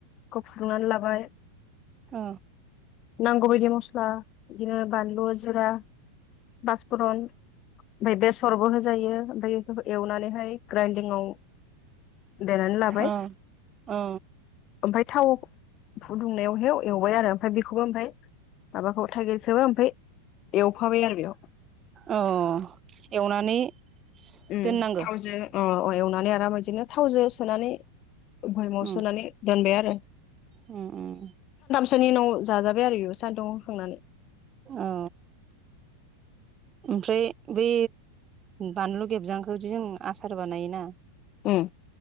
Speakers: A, on the left; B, on the right.
A: खौ फुदुंनानै लाबाय
B: औ
A: नांगौ बायदि मस्ला बिदिनो बानलु जिरा बासफुरन ओमफाय बेसरबो होजायो ओमफाय एवनानैहाय ग्राइन्दिंआव देनानै लाबाय
B: औ औ
A: ओमफ्राय थाव फुदुंनायावहाय एवबाय आरो ओमफ्राय बेखौबो ओमफाय माबाखौ थाइगिर खोबो ओमफ्राय एवफाबाय आरो बेयाव
B: औ एवनानै
A: उम
B: दोननांगो
A: थावजों अ एवनानै आराम बिदिनो थावजों सोनानै बयामाव
B: उम
A: सोनानै दोनबाय आरो
B: उम उम
A: सोनि उनाव जाजाबाय आरो इयो सान्दुंआव होखांनानै
B: औ ओमफ्राय बै बानलु गेबजांखौदि जों आसार बानायोना
A: उम